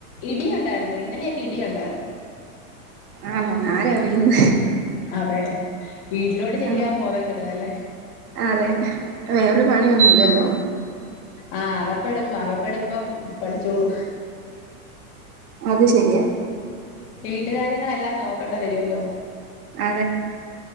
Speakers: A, on the left; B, on the right.
A: ഇടിയ ഉണ്ടായിുന്ന ഇന്നലെയൊക്കെ ഇടിയ ഉണ്ടായിരുന്നു
B: ആണോ ആരെ അറിയുന്നു
A: അതെ വീട്ടിലോട് ചെല്ലിയാ
B: ആണ്
A: ബോധം കിടുന്നല്ലേ
B: അതെ വേറൊരു പണിയൊന്നുംല്ലല്ലോ
A: ആഹ അകപ്പെടും അകപ്പെെടുമ്പം പഠിച്ചോളൂ
B: അത് ശരിയാ
A: വീട്ടുകാര്യങ്ങളെല്ലാം നോക്കണ്ടി വരുല്ലോ
B: അ